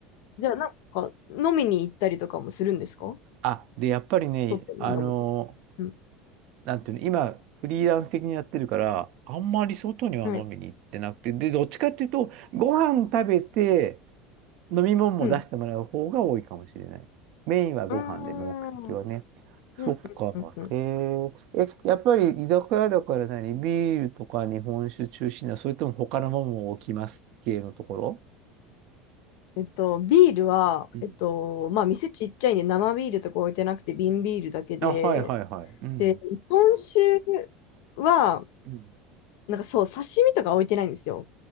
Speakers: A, on the left (about 65°); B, on the right (about 50°).
A: じゃあ、なんか、飲みに行ったりとかもするんですか
B: あ、で、やっぱりね、
A: 外に飲むに
B: あの、
A: うん。
B: なんていうの、今、フリーランス的にやってるから、あんまり外には飲みに行ってなくて、
A: はい。
B: で、どっちかっていうと、ご飯食べて、飲み物も出してもらう方が多いかもしれない。
A: うん。
B: メインはご飯で、
A: うーん。
B: 目的はね。
A: うん、うん、
B: そっか。
A: うん。うん
B: へえ。え、やっぱり居酒屋だから何ビールとか日本酒中心な、それとも他のものも置きます系のところ
A: えっと、ビールは、
B: うん。
A: えっと、まあ、店ちっちゃいんで、生ビールとか置いてなくて、瓶ビールだけで、
B: あ、はいはいはい。うん。
A: で、日本酒は、
B: うん。
A: なんかそう、刺身とか置いてないんですよ。